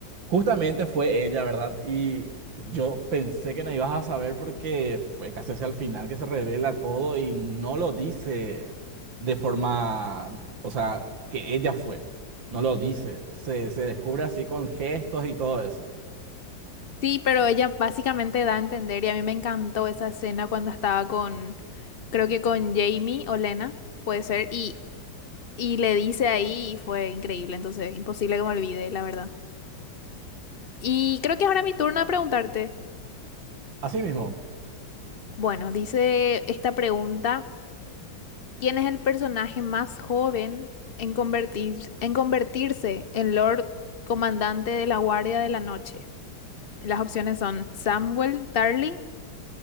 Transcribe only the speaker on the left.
Sí, pero ella básicamente da a entender, y a mí me encantó esa escena cuando estaba con, creo que con Jamie Olena, puede ser, y, y le dice ahí y fue increíble, entonces imposible que me olvide, la verdad. Y creo que ahora mi turno de preguntarte.
Bueno, dice esta pregunta. ¿Quién es el personaje más joven en convertir- en convertirse en Lord Comandante de la Guardia de la Noche? Las opciones son Samuel Tarly,